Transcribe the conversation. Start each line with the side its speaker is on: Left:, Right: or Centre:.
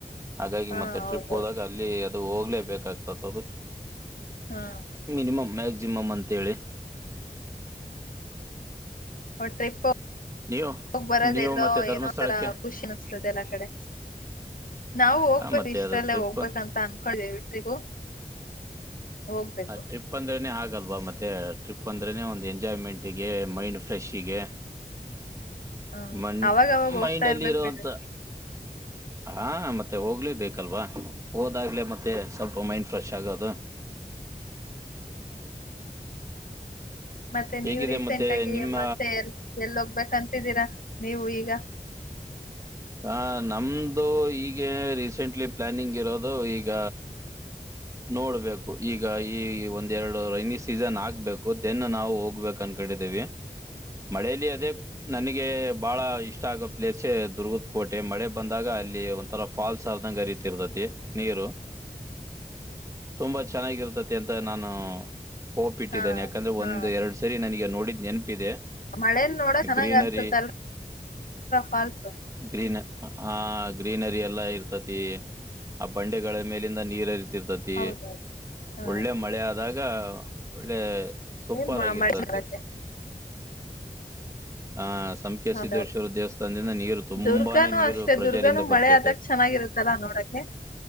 Right: ಹಾಗಾಗಿ
Left: ಹಾ
Right: ಮತ್ತೆ
Left: ಹೌದೌದು
Right: ಟ್ರಿಪ್ ಹೋದಾಗ ಅಲ್ಲಿ ಅದು ಹೋಗ. ಆಗ್ಲೇ ಬೇಕಾಗ್ತತ ಅದು.
Left: ಹಾ
Right: ಮಿನಿಮಂ ಮ್ಯಾಕ್ಸಿಮಮ್ ಅಂತೇಳಿ.
Left: ಹಾ ಟ್ರಿಪ್ಪ.
Right: ನೀವು
Left: ಹೋಗ್ ಬರೋದ
Right: ನೀವು
Left: ಎಲ್ಲೋ
Right: ಮತ್ತೆ ಧರ್ಮಸ್ಥಳಕ್ಕೆ
Left: ಏನೋ ತರ ಖುಷಿ ಅನಿಸ್ತದೆ ಎಲ್ಲ ಕಡೆ. ನಾವು ಹೋಗ್ಬೇಕು
Right: ಹಾ ಮತ್ತೆ
Left: ಇಷ್ಟ್ರಲ್ಲೇ
Right: ಅದು ಟ್ರಿಪ್
Left: ಹೋಗ್ಬೇಕಂತ ಅನ್ಕಳ್ ಎಲ್ರಿಗೂ ಹೋಗ್ಬೇಕು.
Right: ಆ ಟ್ರಿಪ್ ಅಂದ್ರನೇ ಹಾಗಲ್ವಾ ಮತ್ತೆ ಟ್ರಿಪ್ ಅಂದ್ರೆನನೆ ಒಂದು ಎಂಜಾಯ್ಮೆಂಟ್ಗೆ ಮೈಂಡ್ ಫ್ರೆಶ್ಗೆ.
Left: ಹ್ಮ
Right: ಮಣ್
Left: ಅವಾಗವಾಗ
Right: ಮೈಂಡಲ್ಲಿ
Left: ಹೋಗ್ತಾ ಇರ್ಬೇಕೇಕ್
Right: ಇರುವಂತ
Left: ಬಿಡ್ರಿ.
Right: ಹಾ ಮತ್ತೆ ಹೋಗ್ಲೇ ಬೇಕಲ್ವಾ ಹೋದಾಗ್ಲೆ ಮತ್ತೆ ಸ್ವಲ್ಪ ಮೈಂಡ್ ಫ್ರೆಶ್ ಆಗೋದು.
Left: ಮತ್ತೆ
Right: ಹೇಗಿದೆ
Left: ನೀವ್ ರೀಸೆಂಟ್
Right: ಮತ್ತೆ
Left: ಆಗಿ
Right: ನಿಮ್ಮ
Left: ಮತ್ತೆ ಎಲ್ಲೊಗ್ಬೇಕಂತಿದ್ದೀರಾ? ನೀವು ಈಗ
Right: ಹ ನಮ್ದು ಈಗೆ ರೀಸೆಂಟ್ಲಿ ಪ್ಲಾನಿಂಗ್ ಇರೋದು ಈಗ ನೋಡ್ಬೇಕು ಈಗ ಈ ಒಂದೆರಡು ರೖನಿ ಸೀಸನಾಗ್ಬೇಕು ದೆನ್ ನಾವು ಹೋಗ್ಬೇಕಂನ್ಕಂಡಿದ್ದೀವಿ. ಮಳೆಲಿ ಅದೇ ನನಗೆ ಬಹಳ ಇಷ್ಟ ಆಗೋ ಪ್ಲೇಸೇ ದುರ್ಗದ್ ಕೋ ಟೆ ಮಳೆ ಬಂದಾಗ ಅಲ್ಲಿ ಒಂತರಾ ಫಾಲ್ಸ್ ಆದಂಗೆ ಹರಿತೈತೆ. ತಿರ್ದತಿ ನೀರು. ತುಂಬಾ ಚೆನ್ನಾಗಿರ್ತತಿ ಅಂತ ನಾನು ಹೋಪ್ ಇಟ್ಟಿದೇನೆ
Left: ಹಾ
Right: ಯಾಕಂದ್ರೆ
Left: ಹಾ
Right: ಒಂದು ಎರಡು ಸರಿ ನನಗೆ ನೋಡಿದ್ದ್ ನೆನ್ಪಿದೆ.
Left: ಮಳೇಲ್ ನೋಡ ಚೆನ್ನಾಗ್
Right: ಗ್ರೀನರಿ
Left: ಅನ್ಸುತ್ತಲ್ರ ಫಾಲ್ಸ್
Right: ಗ್ರೀನ ಆ. ಗ್ರೀನರಿ ಎಲ್ಲ ಇರ್ತತಿ ಆ ಬಂಡೆಗಳ ಮೇಲಿಂದ ನೀರರಿತ್ ತಿರ್ತತಿ
Left: ಹೌದೌದು ಹ
Right: ಒಳ್ಳೆ ಮಳೆ ಆದಾಗ ದ ಒಳ್ಳೆ ಸುಪರ್ಗಿರ್ತ್ದ
Left: ಏನ್ ಮ- ಮಳೆ ನೋಡಕ್ಕೆ
Right: ಹಾ. ಸಂಕೆ
Left: ಹೌದೌದು
Right: ಸಿದ್ದೇಶ್ವರ ದೇವಸ್ಥಾನದಿಂದ ನೀರು ತುಂಬಾನೇ
Left: ದುರ್ಗಾನು
Right: ನೀರು
Left: ಅಷ್ಟೇ
Right: ಪ್ರೆಜರಿಂದ
Left: ದುರ್ಗಾನು
Right: ಬರ್ತತದೆ
Left: ಮಳೆ ಆದಾಗ ಚೆನ್ನಾಗಿರುತ್ತಲ್ಲಾ ನೋಡಕ್ಕೆ